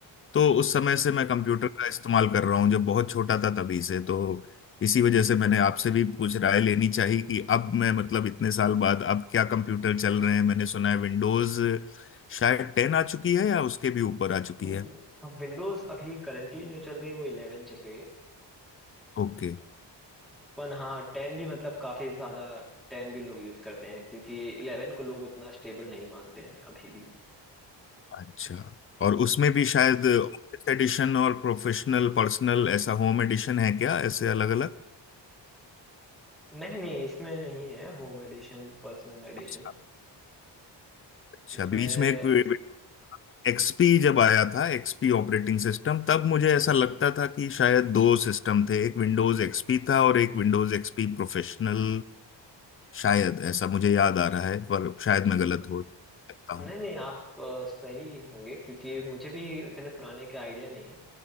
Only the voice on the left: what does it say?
तो उस समय से मैं कंप्यूटर का इस्तेमाल कर रहा हूँ जब बहुत छोटा था तभी से तो इसी वजह से मैंने आपसे भी कुछ राय लेनी चाहिए कि अब मैं मतलब इतने साल बाद अब क्या कंप्यूटर चल रहे हैं मैंने सुना है विंडोज शायद टेन आ चुकी है या उसके भी ऊपर आ चुकी
है
ओके
अच्छा और उसमें भी शायद ऑफिस एडिशन और प्रोफेशनल पर्सनल ऐसा होम एडिशन है क्या ऐसे अलग अलग
अच्छा अच्छा
बीच में एक एक्सपी जब आया था एक्सपी ऑपरेटिंग सिस्टम तब मुझे ऐसा लगता था कि शायद दो सिस्टम थे एक विंडोज एक्सपी था और एक विंडोज एक्सपी प्रोफेशनल शायद ऐसा मुझे याद आ रहा है पर शायद मैं गलत हो सकता हूँ